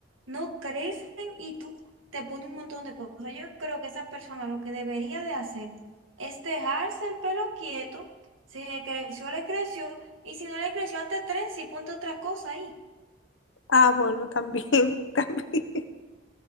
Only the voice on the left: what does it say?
Ah, bueno, también, <laughs> también.